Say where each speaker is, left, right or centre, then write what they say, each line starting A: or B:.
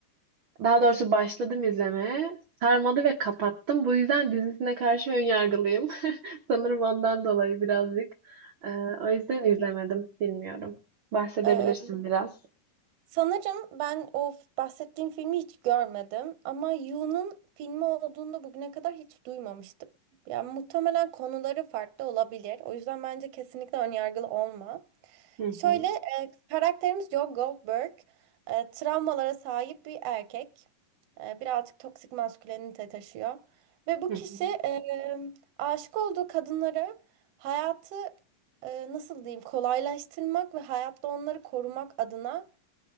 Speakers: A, on the right; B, on the right.
A: Daha doğrusu başladım izlemeye. Sarmadı ve kapattım. Bu yüzden dizisine karşı önyargılıyım. <laughs> Sanırım ondan dolayı birazcık. E, o yüzden izlemedim. Bilmiyorum. Bahsedebilirsin
B: Ee,
A: biraz.
B: Sanırım ben o f- bahsettiğim filmi hiç görmedim ama Yu'nun filmi olduğunda bugüne kadar hiç duymamıştım. Yani muhtemelen konuları farklı olabilir. O yüzden bence kesinlikle önyargılı olma.
A: Hı
B: Şöyle
A: hı,
B: e, karakterimiz Joe Goldberg e, travmalara sahip bir erkek. E, birazcık toksik maskülenite taşıyor. Ve bu
A: hı hı.
B: kişi e, aşık olduğu kadınları hayatı e, nasıl diyeyim kolaylaştırmak ve hayatta onları korumak adına